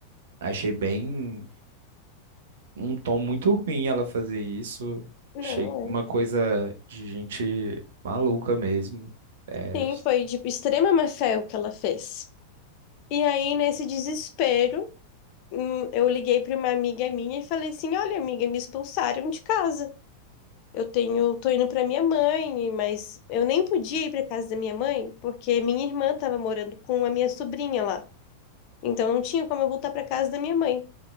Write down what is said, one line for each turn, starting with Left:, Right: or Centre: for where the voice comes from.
Right: Achei bem. um tom muito ruim ela fazer isso.
Left: Não,
Right: Achei uma coisa de gente maluca mesmo. É,
Left: é. Sim, foi de extrema má-fé o que ela fez. E aí, nesse desespero, hum, eu liguei para uma amiga minha e falei assim: Olha, amiga, me expulsaram de casa. Eu tenho, tô indo pra minha mãe, mas eu nem podia ir pra casa da minha mãe, porque minha irmã tava morando com a minha sobrinha lá. Então não tinha como eu voltar pra casa da minha mãe.